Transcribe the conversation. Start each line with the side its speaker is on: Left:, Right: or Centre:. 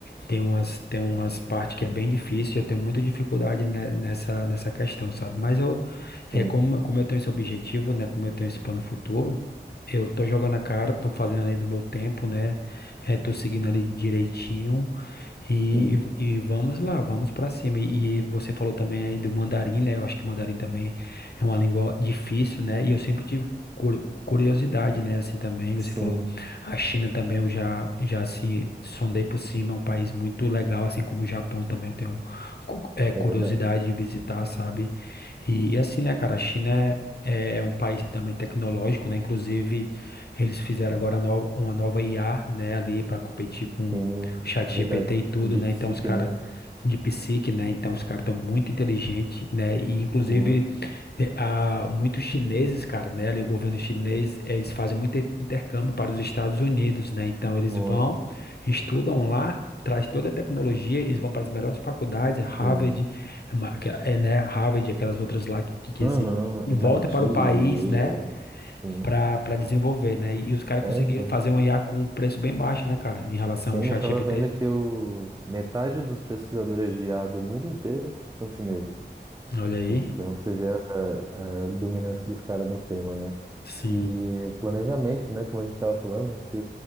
Left: tem umas tem umas partes que é bem difícil, eu tenho muita dificuldade né, nessa nessa questão, sabe? Mas eu é,
Right: Sim,
Left: como como eu tenho esse objetivo, né, como eu tenho esse plano futuro, eu tô jogando a cara, tô fazendo ali no meu tempo, né? É, tô seguindo ali direitinho. E,
Right: sim,
Left: e vamos lá, vamos pra cima. E, e você falou também aí do mandarim, né? Eu acho que o mandarim também é uma língua difícil, né? E eu sempre tive Cur- Curiosidade, né, assim também, você
Right: sim,
Left: falou, a China também eu já, já assim, sondei por cima, é um país muito legal, assim como o Japão também eu tenho um cu- é, curiosidade
Right: é verdade.
Left: de visitar, sabe, e, e assim, né, cara, a China é, é um país também tecnológico, né, inclusive eles fizeram agora no- uma nova IA, né, ali para competir com
Right: Sim,
Left: o chat
Right: verdade.
Left: GPT e tudo,
Right: O de
Left: né,
Right: psique,
Left: então os caras
Right: né?
Left: de psique, né, então os caras estão muito inteligentes, né, e inclusive
Right: Muito,
Left: te- Há muitos chineses, cara, né? Ali o governo chinês, eh, eles fazem muito inter- intercâmbio para os Estados Unidos, né? Então eles
Right: muito,
Left: vão, estudam lá, traz toda a tecnologia, eles vão para as melhores faculdades, é Harvard,
Right: sim.
Left: ma- que- é, eh, né? Harvard, aquelas outras lá que, que
Right: Aham,
Left: existem, e
Right: MIT,
Left: volta para o país,
Right: Yale,
Left: né?
Right: sim.
Left: Para para desenvolver, né? E, os caras
Right: É,
Left: conseguiram
Right: então.
Left: fazer um IA com um preço bem baixo, né, cara? Em relação
Right: Sim,
Left: ao chat
Right: eu tava
Left: GPT.
Right: vendo que o... metade dos pesquisadores de IA do mundo inteiro são chineses.
Left: Olha aí.
Right: Então você vê a, a dominância dos caras no tema, né?
Left: Sim,
Right: E planejamento, né? Como a gente estava falando, acho que